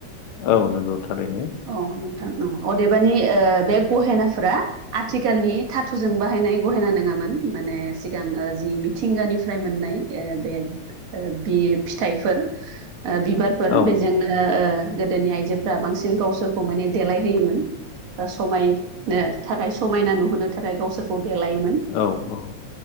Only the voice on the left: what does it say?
औ नंगौ थारैनो
औ
औ औ